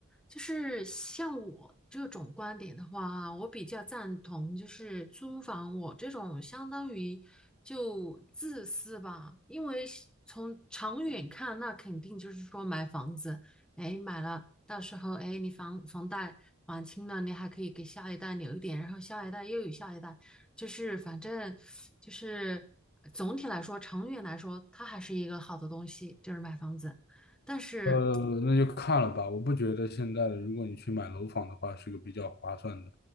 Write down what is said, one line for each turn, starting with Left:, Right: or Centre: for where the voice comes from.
Centre: 就是像我这种观点的话，我比较赞同，就是租房我这种相当于就自私吧，因为是从长远看，那肯定就是说买房子，哎，买了，到时候哎，你房房贷还清了，你还可以给下一代留一点，然后下一代又有下一代，就是反正就是总体来说，长远来说，它还是一个好的东西，就是买房子，但是
Left: 呃，那就看了吧。我不觉得现在的，如果你去买楼房的话，是个比较划算的，